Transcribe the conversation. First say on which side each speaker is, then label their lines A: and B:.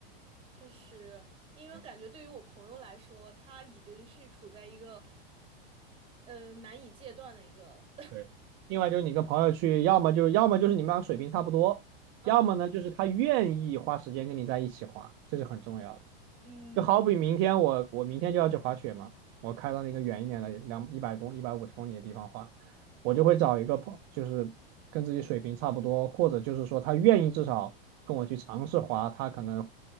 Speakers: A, on the right; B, on the right.
A: 确实，因为感觉对于我朋友来说，
B: 嗯，
A: 他已经是处在一个呃难以戒断的一个，<laughs>
B: 对，另外就是你跟朋友去，要么就要么就是你们俩水平差不多，
A: 嗯
B: 要么呢就是他愿意花时间跟你在一起滑，这是很重要的。
A: 嗯
B: 就好比明天我我明天就要去滑雪嘛，我开到那个远一点的两一百公一百五十公里的地方滑，我就会找一个朋，就是跟自己水平差不多，或者就是说他愿意至少跟我去尝试滑，他可能